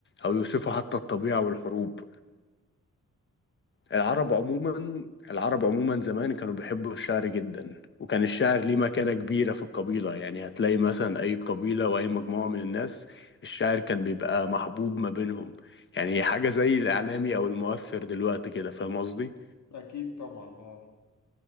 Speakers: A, on the left (about 40°); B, on the left (about 65°).
A: او يوصفوا حتى الطبيعة والحروب العرب عموما العرب عموما زمان كانوا بيحبوا الشعر جدا وكان الشعر ليه مكانة كبيرة في القبيلة يعني هتلاقي مثلا أي قبيلة وأي مجموعة من الناس الشعر كان بيبقى محبوب ما بينهم يعني حاجة زي الإعلامي أو المؤثر دلوقتي كده فاهم قصدي؟
B: اكيد طبعا اه